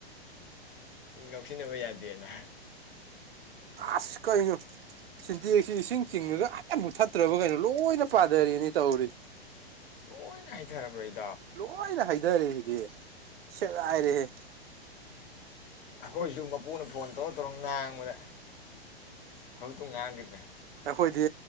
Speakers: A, on the left (about 55°); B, on the right (about 65°).
A: ꯉꯥꯎꯁꯤꯟꯅꯕ ꯌꯥꯗꯦꯅ
B: ꯑꯁ ꯀꯩꯅꯣ ꯁꯤꯟꯗꯦꯛꯁꯤ ꯏꯁꯤꯡ ꯆꯤꯡꯉꯒ ꯍꯛꯇ ꯃꯨꯛ ꯊꯠꯇ꯭ꯔꯕ ꯀꯩꯅꯣ ꯂꯣꯏꯅ ꯄꯥꯊꯔꯅꯤ ꯇꯧꯔꯤ
A: ꯂꯣꯏꯅ ꯍꯩꯊꯔꯕ꯭ꯔꯗꯤ
B: ꯂꯣꯏꯅꯥ ꯍꯩꯊ ꯍꯩꯗꯔꯦ ꯁꯤꯗꯤ ꯁꯦꯒꯥꯏꯔꯦꯍꯦ
A: ꯑꯩꯈꯣꯏꯁꯨ ꯃꯄꯨꯅ ꯐꯣꯟ ꯇꯧꯔ ꯇꯧꯔ ꯉꯥꯡꯕꯗ ꯍꯧꯖꯤꯛꯇ ꯉꯥꯡꯈꯤꯗ꯭ꯔꯦ
B: ꯑꯩꯈꯣꯏꯗꯤ